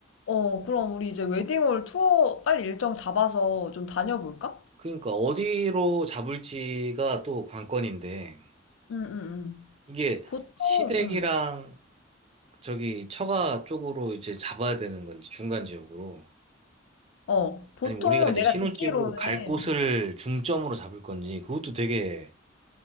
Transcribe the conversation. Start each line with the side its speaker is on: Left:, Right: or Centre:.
Left: 어, 그럼 우리 이제 웨딩홀 투어 빨리 일정 잡아서 좀 다녀볼까?
Right: 그니까 어디로 잡을지가 또 관건인데,
Left: 응, 응, 응.
Right: 이게
Left: 보통,
Right: 시댁이랑
Left: 응.
Right: 저기 처가 쪽으로 이제 잡아야 되는 건지, 중간 지역으로.
Left: 어, 보통
Right: 아니면 우리가 이제
Left: 내가
Right: 신혼집으로
Left: 듣기로는,
Right: 갈 곳을 중점으로 잡을 건지 그것도 되게